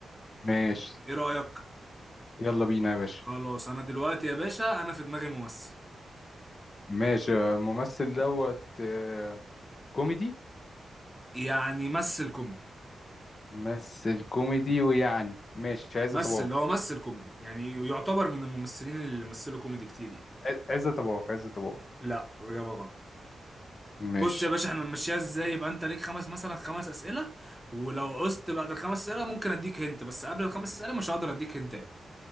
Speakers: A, on the left; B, in the centre.
A: ماشي
B: ايه رأيك
A: يلا بينا يا باشا
B: خلاص انا دلوقتي يا باشا انا في دماغي ممثل
A: ماشي الممثل دوت آه، كوميدي
B: يعني ممثل كوميدي
A: ممثل كوميدي ويعني ماشي عزت
B: ممثل
A: ابو عوف
B: اللي هو ممثل كوميدي يعني يعتبر من الممثلين اللي مثلوا كوميدي كتير يعني
A: ع- عزت ابو عوف عزت ابو عوف
B: لا اجابة غلط
A: ماشي
B: بص يا باشا احنا نمشيها ازاي يبقى انت ليك خمس مثلا خمس اسئله ولو عزت بعد الخمس اسئله ممكن اديك هنت بس قبل الخمس اسئله مش هقدر اديك هنت